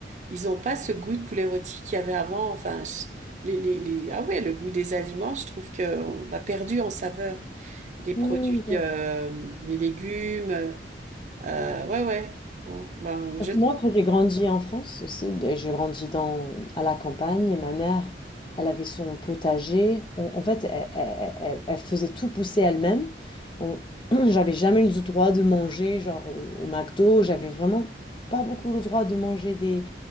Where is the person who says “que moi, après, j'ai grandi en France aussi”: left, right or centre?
Left